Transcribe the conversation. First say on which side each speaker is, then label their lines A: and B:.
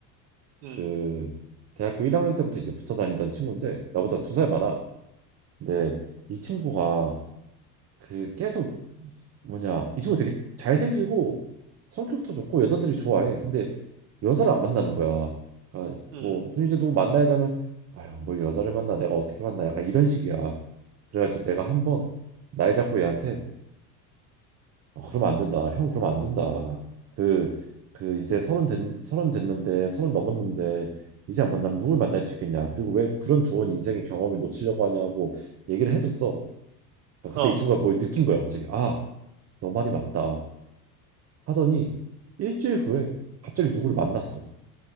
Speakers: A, on the right; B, on the right.
A: 응,
B: 그 대학교 1학년 때부터 이제 붙어 다니던 친구인데 나보다 두 살 많아. 근데 이 친구가 그 계속 뭐냐 이 친구 되게 잘생기고 성격도 좋고 여자들이 좋아해. 근데 여자를 안 만나는 거야. 그러니까
A: 응,
B: 뭐 이제 누구 만나야지 하면 아유 뭐 여자를 만나 내가 어떻게 만나 약간 이런 식이야. 그래가지고 내가 한번 날 잡고 얘한테 어, 그러면 안 된다. 형 그러면 안 된다. 그 그 이제 서른 됐, 서른 됐는데 서른 넘었는데 이제 안 만나면 누굴 만날 수 있겠냐. 그리고 왜 그런 좋은 인생의 경험을 놓치려고 하냐고 얘기를 해줬어. 아, 그때
A: 어.
B: 이 친구가 뭘 느낀 거야 갑자기. 아, 너 말이 맞다. 하더니 일주일 후에 갑자기 누구를 만났어.